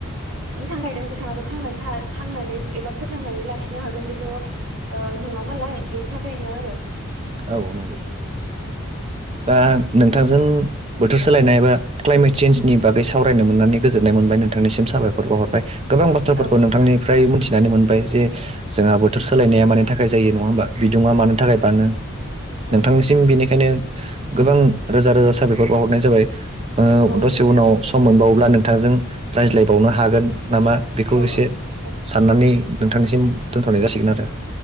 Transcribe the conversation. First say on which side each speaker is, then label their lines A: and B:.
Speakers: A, on the right; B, on the right.
A: जेसां गायदों बेसेबांथ' थांनानै थ थांनानै एबा फोथांनानै लाखिनो हागोन बेथ' नङा नालाय बेनि थाखायनो आरो
B: औ नंगौ दा नोंथांजों बोथोर सोलायनाय बा क्लाइमेट चेन्जनि बागै सावरायनो मोननानै गोजोननाय मोनबाय नोंथांनिसिम साबायखर बावहरबाय गोबां बाथ्राफोरखौ
A: औ
B: नोंथांनिफ्राय मिथिनानै मोनबाय जे जोंहा बोथोर सोलायनाया मानि थाखाय जायो नङा होमबा बिदुङा मानो
A: औ
B: थाखाय बाङो
A: औ
B: नोंथांनिसिम बिनिखायनो गोबां रोजा रोजा साबायखर बावाहरनाय जाबाय
A: औ
B: दसे
A: नोंथांनिसिमबो
B: उनाव सम मोनबावोब्ला नोंथांजों रायज्लायबावनो हागोन नामा बेखौ
A: औ
B: एसे
A: औ औ
B: साननानै नोंथांनिसिम दोनथ'नाय जासिगोन आरो